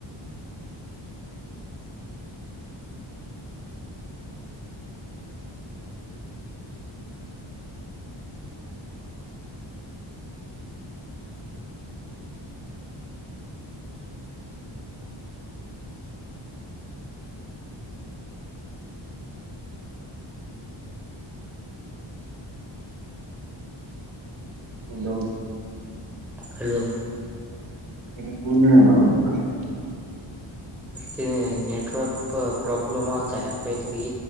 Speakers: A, on the right; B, in the centre.
A: हॅलो
B: हॅलो
A: ते पूर्ण नाव <unintelligible>
B: ते नेटवर्क प्रॉबलम आलता यार काहीतरी